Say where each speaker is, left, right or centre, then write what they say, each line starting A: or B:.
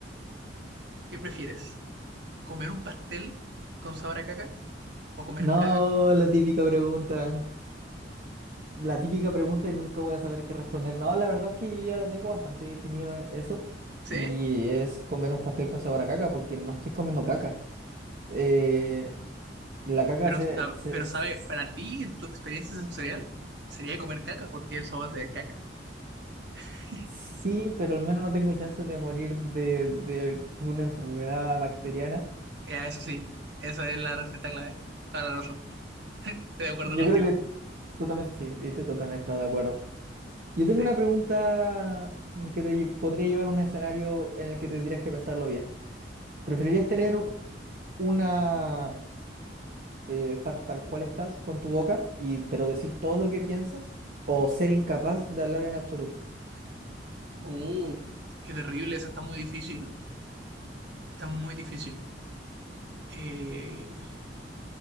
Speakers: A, on the right (about 65°); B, on the right (about 50°).
A: ¿Qué prefieres? ¿Comer un pastel con sabor a caca o comer
B: No,
A: caca con sabor
B: la
A: a...
B: típica pregunta. la típica pregunta y nunca voy a saber qué responder. No, la verdad es que yo ya lo tengo bastante definido e- eso.
A: ¿Sí?
B: Y es comer un pastel con sabor a caca, porque no estoy comiendo caca. Eh, la caca
A: Pero,
B: se,
A: sab-
B: se-
A: pero
B: s-
A: sabe, para ti, en tu experiencia sensorial, sería comer caca, porque el sabor te caca. <laughs>
B: sí, pero al menos no tengo chances de morir de, de una enfermedad bacteriana.
A: Ya, eso sí, esa es la respuesta clave. Toda la razón. <laughs> Estoy de acuerdo
B: Yo
A: contigo.
B: creo que totalmente sí, viste, totalmente de acuerdo. Yo tengo
A: Sí.
B: una pregunta que te lle- podría llevar a un escenario en el que tendrías que pensarlo bien. ¿Preferirías tener una eh, estar tal cual estás con tu boca, y, pero decir todo lo que piensas o ser incapaz de hablar en absoluto.
A: Uh, qué terrible, eso está muy difícil. Está muy difícil. Eh,